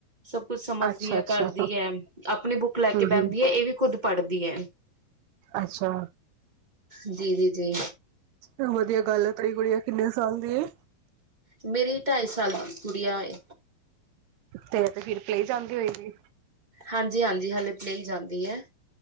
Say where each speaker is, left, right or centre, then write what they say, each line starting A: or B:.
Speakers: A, on the right; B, on the right.
A: ਸਭ ਕੁਛ ਸਮਝ
B: ਅੱਛਾ-ਅੱਛਾ
A: ਕਰਦੀ ਐ। ਆਪਣੀ ਬੁੱਕ ਲੈ ਕੇ
B: ਹੂੰ-ਹੂੰ
A: ਬਹਿੰਦੀ ਹੈ। ਇਹ ਵੀ ਖੁਦ ਪੜ੍ਹਦੀ ਹੈ।
B: ਅੱਛਾ
A: ਜੀ, ਜੀ, ਜੀ।
B: ਚ ਵਧੀਆ ਗੱਲ ਏ। ਤਾ ਈ ਗੁੜੀਆ ਕਿੰਨੇ ਸਾਲ ਦੀ।
A: ਮੇਰੀ ਢਾਈ ਸਾਲ ਦੀ ਗੁੜੀਆ ਏ।
B: ਤੇ ਤੇ ਫਿਰ ਪਲੇ ਜਾਂਦੀ ਹੋਏਗੀ।
A: ਹਾਂਜੀ, ਹਾਂਜੀ। ਹਲੇੇ ਪਲੇ ਵੇ ਈ ਜਾਂਦੀ ਹੈ।